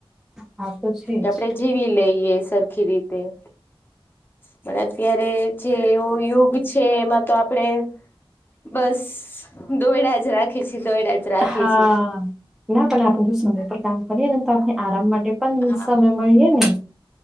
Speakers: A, in the centre; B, on the left.
A: હા, તો છે
B: કે આપણે
A: જ.
B: જીવી લઈએ, સરખી રીતે- પણ અત્યારે જે એવો યુગ છે, એમાં તો આપડે- બસ. દોઈડા જ રાખે છે, દોઈડા જ- રાખી
A: હા,
B: છી
A: ના પણ આપણે જો સમય પર કામ કરીએ ને, તો આપણે આરામ માટે- - પણ
B: હા
A: સમય મળીએે ને.